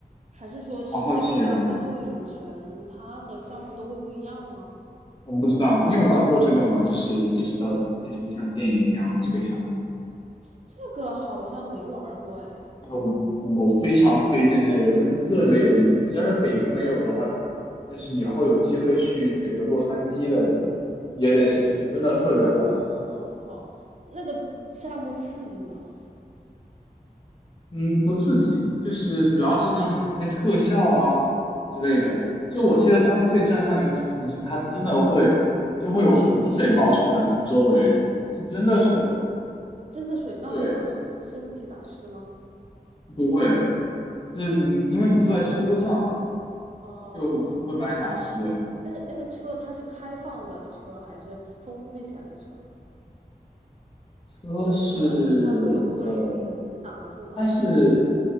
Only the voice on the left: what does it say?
好好奇啊，我不知道你有玩过这个吗？就是就是到就是像电影一样的这个项目。
啊，我我非常推荐这个，真的特别有意思。要是北京没有的话，就是以后有机会去那个洛杉矶的，也得试试，真的特别好玩。
嗯，不刺激，就是主要是刚刚你看这特效啊之类的。就我记得当时最震撼的一个场景是，它真的会就会有洪水冒出来，从周围是真的水，
对，不会，就是你因为你坐在车上
就不会把你打湿。
车是
呃。它是，